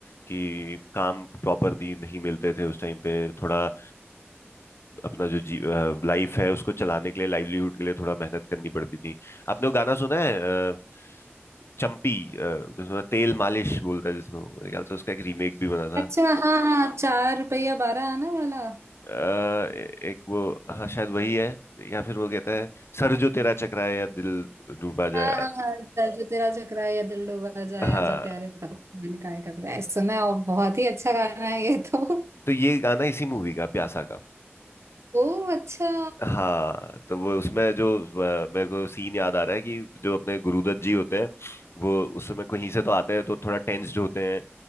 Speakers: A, on the left; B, on the right.
A: कि काम प्रॉपरली नहीं मिलते थे उस टाइम पे थोड़ा अ, अपना जो जी लाइफ है उसको चलाने के लिए लाइवलीहुड के लिए थोड़ा मेहनत करनी पड़ती थी आपने वो गाना सुना है अ, चंपी अ, जिसमें तेल मालिश बोलता है जिसमें वो, मेरे ख्याल से उसका एक रीमेक भी बना था
B: अच्छा हाँ हाँ चार रुपया बारह आना वाला
A: अ, ए- एक वो हाँ शायद वही है या फिर वो कहता है सर जो तेरा चकराए या दिल डूबा
B: हाँ
A: जाए
B: हाँ हाँ, तेरा- जो तेरा चकरा या दिल डूबा जाए
A: हाँ
B: आजा प्यारे पागल मैंने काहे घबराए सुना है और बहुत ही अच्छा गाना है ये तो
A: तो ये गाना इसी मूवी का प्यासा का
B: ओ अच्छा
A: हाँ तो वो उसमें जो अ, मेरे को सीन याद आ रहा है कि जो अपने गुरुदत्त जी होते हैं वो उस समय कहीं से तो आते हैं तो थोड़ा टेंस्ड होते हैं